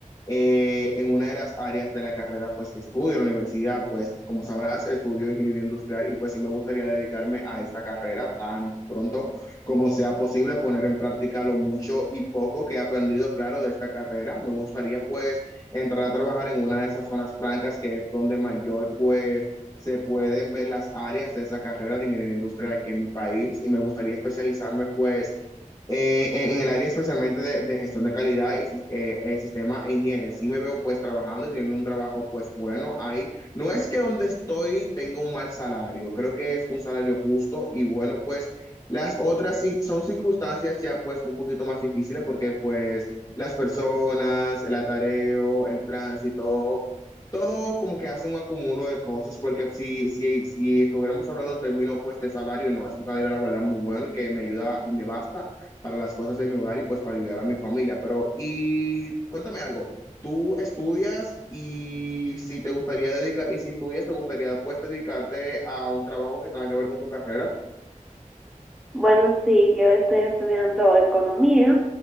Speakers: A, on the left (about 25°); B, in the centre.
A: eh, en una de las áreas de la carrera pues que estudio en la universidad pues como sabrás estudio ingeniería industrial y pues sí me gustaría dedicarme a esta carrera tan pronto como sea posible poner en práctica lo mucho y poco que he aprendido claro de esta carrera me gustaría pues entrar a trabajar en una de esas zonas francas que es donde mayor pues se pueden ver las áreas de esa carrera de ingeniería industrial aquí en mi país y me gustaría especializarme pues eh, en, en el área especialmente de, de gestión de calidad y sis- eh, eh, sistema e higiene. Sí me veo pues trabajando y teniendo un trabajo pues bueno ahí. No es que donde estoy tenga un mal salario, creo que es un salario justo y bueno pues las otras sí son circunstancias ya pues un poquito más difíciles porque pues las personas, el atareo, el tránsito. Todo como que hace un acumulo de cosas, porque si, si, si estuviéramos hablando en términos pues de salario, no, es un salario la verdad muy bueno y que me ayuda y me basta para las cosas de mi hogar y pues para ayudar a mi familia. Pero, y cuéntame algo, tú estudias y si te gustaría dedicar, y si estudias, te gustaría pues dedicarte a un trabajo que tenga que ver con tu carrera.
B: Bueno, sí, yo estoy estudiando economía